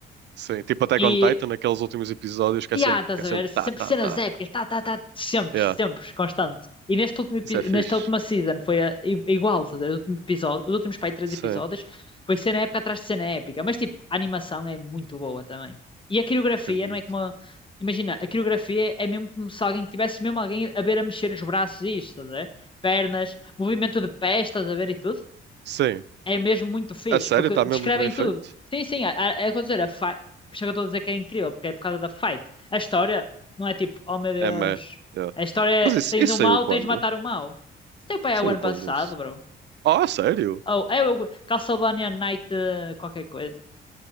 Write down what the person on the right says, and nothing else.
Sim, tipo até
on Titan, naqueles últimos episódios que
é sempre,
que é
sempre
tá, tá,
tá.
Yeah,
isso é fixe.
Sim,
acredito.
Sim,
a sério,
está
mesmo muito bem feito.
É meh. Yeah.
Mas isso,
isso
saiu
quando?
Saiu
quando
isso?
Oh, a sério?